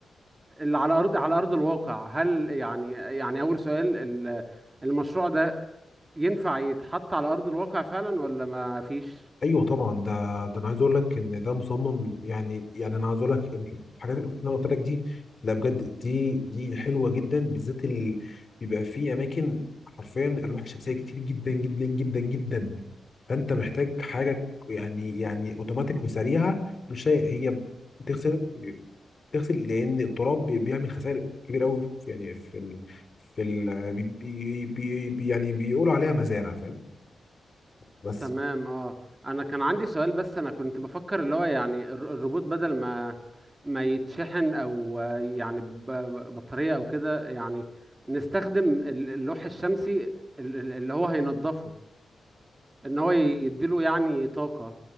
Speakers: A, on the right; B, on the left.
A: اللي على ارض على ارض الواقع هل يعني يعني اول سؤال ال- المشروع ده ينفع يتحط على ارض الواقع فعلا ولا ما فيش
B: ايوه طبعا ده ده انا عايز اقول لك ان ده مصمم يعني يعني انا عايز اقول لك إن الحاجات اللي انا قلت لك دي لا بجد دي دي حلوه جدا بالذات ال... بيبقى في اماكن حرفيا الواح الشمسيه كتير جدا جدا جدا جدا فانت محتاج حاجه يعني يعني اوتوماتيك وسريعه كل شيء هي بتغسل بتغسل لان التراب بي- بيعمل خسائر كبيره قوي في يعني في ال... في ال... بي... بي... بي... يعني بيقولوا عليها مزارع فاهم بس
A: تمام اه انا كان عندي سؤال بس انا كنت بفكر اللي هو يعني الر- الروبوت بدل ما ما يتشحن او آه، يعني ب- ب- بطارية او كده يعني نستخدم ال- اللوح الشمسي ال- ال- اللي هو هينضفه ان هو ي- يديله يعني طاقة